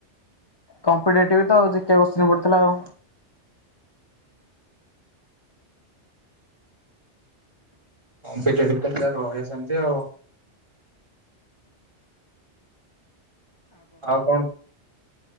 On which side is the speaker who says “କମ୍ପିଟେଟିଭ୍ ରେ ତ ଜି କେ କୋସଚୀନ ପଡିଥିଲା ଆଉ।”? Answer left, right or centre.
Left